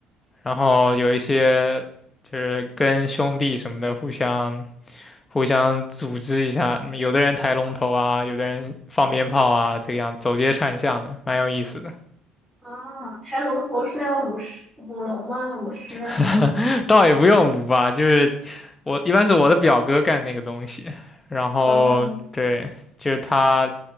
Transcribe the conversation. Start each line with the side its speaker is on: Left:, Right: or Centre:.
Left: 然后有一些就是跟兄弟什么的互相互相组织一下，嗯有的人抬龙头啊，有的人放鞭炮啊，这样走街串巷的，蛮有意思的。
Centre: 哦，抬龙头是要舞狮、舞龙吗？舞狮什么的。
Left: <laughs> 倒也不用舞吧，就是我一般是我的表哥干那个东西，然后对，
Centre: 哦，
Left: 就是他